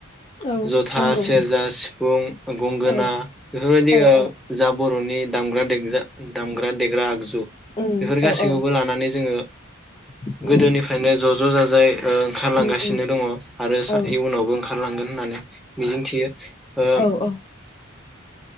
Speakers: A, on the left; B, in the centre.
A: औ
B: जथा
A: नंगौ
B: सेरजा सिफुं गंगोना
A: औ
B: बेफोरबायदि
A: औ
B: ओ
A: औ
B: जा बर'नि दामग्रा देग्रा दामग्रा दे ग्रा आगजु।
A: उम
B: बेफोर
A: औ
B: गासैखौबो
A: औ
B: लानानै जोङो
A: उम
B: गोदोनिफ्रायनो ज' ज' जाजाय ओ ओंखारलांगासिनो
A: उम उम
B: दङ आरो सा
A: औ
B: इयुनावबो ओंखार लांगोन होननानै मिजिंथियो। ओ
A: औ औ